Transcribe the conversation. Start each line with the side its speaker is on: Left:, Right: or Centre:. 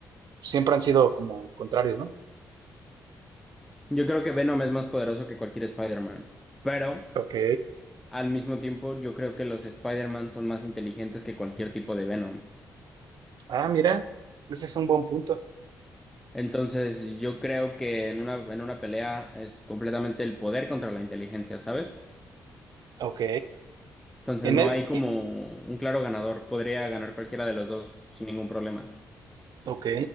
Right: siempre han sido como contrarios, ¿no?
Centre: Yo creo que Venom es más poderoso que cualquier Spider-Man. Pero
Right: Ok.
Centre: Al mismo tiempo, yo creo que los Spider-Man son más inteligentes que cualquier tipo de Venom.
Right: Ah, mira, ese es un buen punto.
Centre: Entonces, yo creo que en una, en una pelea es completamente el poder contra la inteligencia, ¿sabes?
Right: Ok.
Centre: Entonces,
Right: En
Centre: no
Right: e-
Centre: hay como
Right: y,
Centre: un claro ganador. Podría ganar cualquiera de los dos sin ningún problema.
Right: Ok.